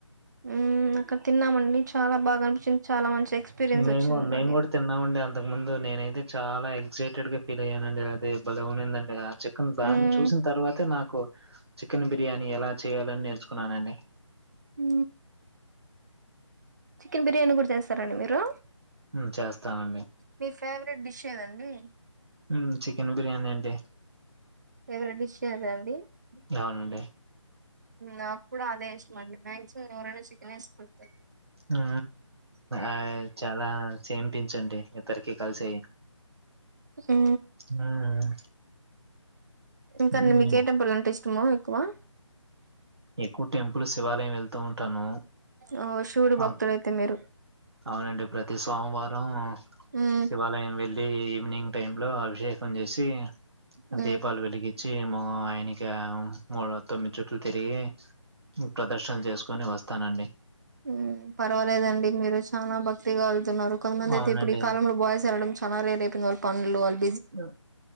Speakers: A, on the right; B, on the right.
A: ఉ అక్కడ తిన్నామండి చాలా బాగా అనిపించింది చాలా మంచి ఎక్స్పీరియన్స్
B: మేము
A: వచ్చింది
B: మేము
A: మాగే
B: కూడా తిన్నామండి అంతకు ముందు నేనైతే చాలా ఎక్సైటెడ్ గా ఫీల్ అయ్యానండి అది బలే ఉండింది అండే చికన్ దాన్ని
A: మ్మ్
B: చూసిన తర్వాతే నాకు కోన్ చికెన్ బిర్యానీ ఎలా చేయాలని నేర్చుకున్నానండి
A: ఉ చికెన్ బిర్యానీ గూడ చేస్తారండి మీరు
B: ఉ చేస్తానండి
A: మీ ఫేవరెట్ డిష్ ఏదండి
B: ఉ చికెన్ బిర్యానీ అంటే
A: ఫేవరెట్ డిష్ ఏదండి
B: నవునండి
A: నాకు కూడా అదే ఇష్టమండి మ్యాక్సి ఏవరన్న చికెన్ ఏస్ కుడుతే
B: అ ఆ చాలా చెంపిన్ చండి ఇద్దరికి కలిసి
A: ఉ
B: హ్మ్.
A: ఇంకా
B: హ్మ్.
A: మీకు ఏ టెంపుల్ అంటే ఇష్టమో కువా
B: ఎక్కువ టెంపుల్ శివాలయం వెళ్తూ ఉంటాను
A: ఓ శివుడు భక్తుడయితే
B: అక్
A: మీరు
B: అవునండి ప్రతి సోమవారం
A: మ్మ్
B: శివాలయం వెళ్ళి ఈవినింగ్ టైం లో అభిషేకం చేసి
A: మ్మ్
B: దీపాలు వెలిగిచ్చి ఏమో ఆయనక మూడు తొమ్మిది చెప్ చుట్టూ తిరిగే నువ్ ప్రదర్శనలు జేస్ కొని వస్తానండి
A: ఉ పర్వాలేదండి మీరు చానా భక్తిగా వెళ్తున్నారు కొంతమంది అయితే
B: అవునండి
A: ఇప్పుడు ఈ కాలంలో బాయ్స్ వెళ్డం చాలా రేర్ అయిపోంది గా పండ్లు అల్
B: అ